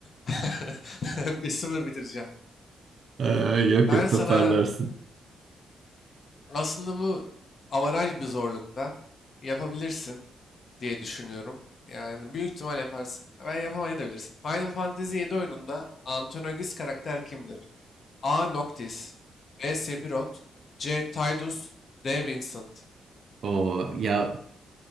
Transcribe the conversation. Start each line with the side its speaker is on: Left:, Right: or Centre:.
Left: <laughs> Bir sıfır bitireceğim.
Right: Ee, yok
Left: Ben
Right: yok
Left: sana
Right: toparlarsın.
Left: aslında bu avaraj bir zorlukta yapabilirsin diye düşünüyorum. Yani büyük ihtimal yaparsın. Ben yapamayabilirsin. Final Fantasy 7 oyununda Antagonist karakter kimdir? A. Noctis B. Sephiroth C. Tidus D. Vincent
Right: o ya